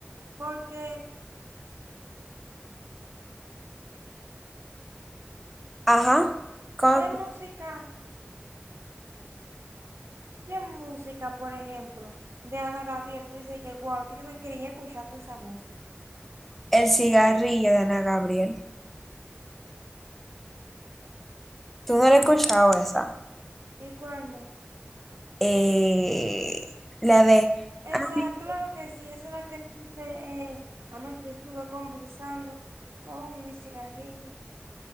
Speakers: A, on the right; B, in the centre.
A: porque
B: Ajá. Con
A: ¿qué música? ¿Qué música, por ejemplo, de Ana Gabriel? Tú dices que, wow, que yo me crié escuchando esa música.
B: el cigarrillo de Ana Gabriel. ¿Tú no la has escuchado esa?
A: ¿Y cuál no?
B: Eh, la de...
A: Esa,
B: "Ami-"
A: claro que sí, esa es la que dice, eh, anoche estuve conversando con mi cigarrillo,